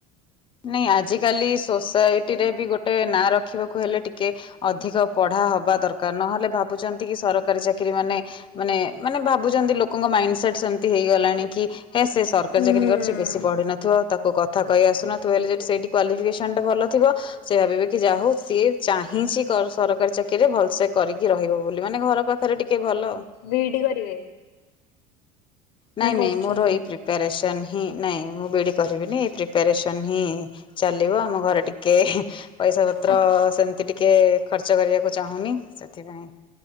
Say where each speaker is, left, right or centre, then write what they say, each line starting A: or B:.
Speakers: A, on the left; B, on the left.
A: ନାଇଁ ଆଜିକାଲି ସୋସାଇଟି ରେ ବି ଗୋଟେ ନାଁ ରଖିବାକୁ ହେଲେ ଟିକେ ଅଧିକ ପଢ଼ା ହବା ଦରକାର ନହେଲେ ଭାବୁଛନ୍ତି କି ସରକାରୀ ଚାକିରି ମାନେ ମାନେ ମାନେ ଭାବୁଛନ୍ତି ଲୋକଙ୍କ ମାଇଣ୍ଡ ସେେଟ୍ ସେମିତି ହେଇଗଲାଣି କି ହେ ସେ ସରକାରୀ
B: ଉଁ
A: ଚାକିରି କରିଛି ବେଶୀ ପଢି ନଥିବ ତାକୁ କଥା କହି ଆସୁନ ଥିବ ହେଲେ ସେଠି ସେଇଟି କ୍ୱାଲିଫିକେସନ ଟା ଭଲଥିବ। ସେ ଭାବିବେ କି ଯା ହଉ ସିଏ ଚାହିଁଛି କ ସରକାରୀ ଚାକିରିରେ ଭଲସେ କରିକି ରହିବ ବୋଲି ମାନେ ଘର ପାଖରେ ଟିକେ ଭଲ।
B: ବି ଇ ଡି କରିବେ?
A: ନାଇଁ
B: ନା କରୁଛନ୍ତି?
A: ନାଇଁ ମୋର ଏଇ ପ୍ରିପାରେସନ୍ ହିଁ ନାଇଁ ମୁଁ ବିଡ଼ି କରିବିନି ଏଇ ପ୍ରିପାରେସନ୍ ହିଁ ଚାଲିବ ଆମ ଘରେ ଟିକେ ହେଁ। ପଇସା ପତ୍ର
B: ହଁ।
A: ସେମିତି ଟିକେ ଖର୍ଚ୍ଚ କରିବାକୁ ଚାହୁଁନି ସେଥିପାଇଁ।